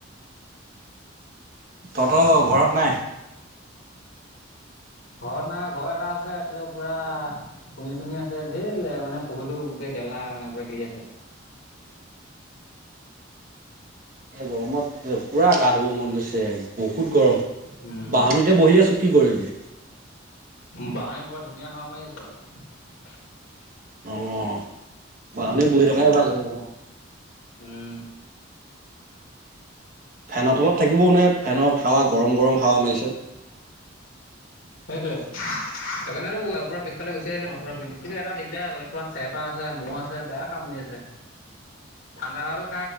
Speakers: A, on the right; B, on the left.
A: তহঁতৰ ঘৰত নাই
B: ঘৰত না ঘৰত এটা আছে এইটো পুৰা পুনি চুনি আছে ধৰ মানে পুখুৰিতো গোটেই গেলা মানে পুৰা গৰি আছে
A: এ গৰমত পুৰা গা ধুব মন গৈছে বহুত গৰম
B: উম,
A: বাহনিতে বহি আছো কি কৰিবি।
B: ব ধুনীয়া হাৱা মাৰি আছে আৰু
A: অ', াহনী বহি থকাই ভাল লাগিব
B: উম।
A: ফেনৰ তলত থাকিবও নোৱাৰি ফেনৰ হাৱা গৰম গৰম হাৱা মাৰিছে।
B: সেইটোৱে সেইকাৰণেতো পুৰা পিছফালে গুচি আহিলোঁ <unintelligible> পৰা <unintelligible> কিন্তু এটা দিগদাৰ ইয়াৰ পুৰা পৰা চেৰপা আছে মহ আছে বেয়া কামু <unintelligible> ঠাণ্ডা <unintelligible>